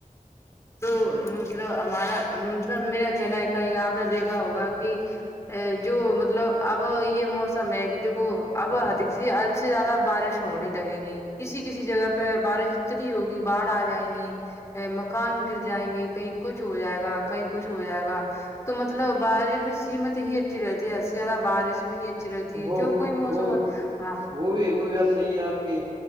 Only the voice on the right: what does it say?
ہوں
وہ
وہ
وہ بھی وہ بھی بات صحیح ہے آپ کے